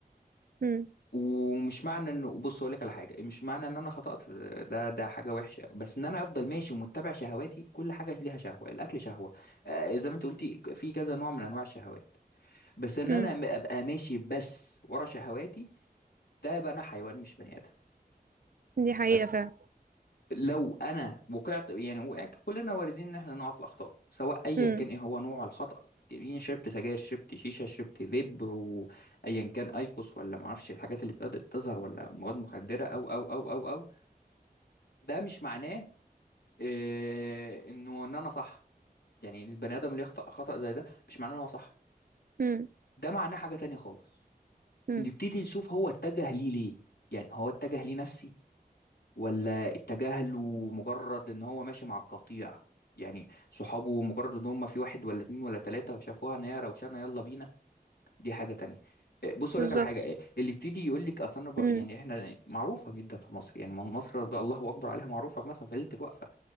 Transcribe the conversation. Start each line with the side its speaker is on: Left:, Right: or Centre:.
Right: مم،
Left: ومش معنى انه بص اقول لك على حاجه مش معنى ان انا خطأت في- ده ده حاجه وحشه بس ان انا افضل ماشي ومتبع شهواتي كل حاجه ليها شهوه الاكل شهوه آه، زي ما انت قلتي في كذا نوع من انواع الشهوات بس ان
Right: مم.
Left: انا م- ابقى ماشي بس ورا شهواتي ده يبقى انا حيوان مش بني ادم
Right: دي حقيقة
Left: بس
Right: فعلا
Left: لو انا وقعت يعني وقع كلنا واردين ان احنا نقع في الاخطاء سواء ايا
Right: مم،
Left: كان ايه هو نوع الخطأ يعني شربت سجاير شربت شيشه شربت فيب وايا كان ايكوس ولا ما اعرفش الحاجات اللي بدأت تظهر ولا مواد مخدره او او او او او ده مش معناه آه، انه ان انا صح يعني البني ادم اللي يخطأ خطأ زي ده مش معناه ان هو صح
Right: مم،
Left: ده معناه حاجه تانية خالص
Right: مم.
Left: نبتدي نشوف هو اتجه ليه ليه يعني هو اتجه ليه نفسي ولا اتجاهله مجرد ان هو ماشي مع القطيع يعني صحابه مجرد ان هم في واحد ولا اتنين ولا تلاتة شافوها ان هي روشانة يلا بينا دي حاجة تانية إيه، بص اقول
Right: بالظبط
Left: لك على حاجة إيه، اللي يبتدي يقول لك اصل انا ب-
Right: مم.
Left: يعني احنا معروفة جدا في مصر يعني ما مصر ده الله اكبر عليها معروفة مثلا في ليلة الوقفة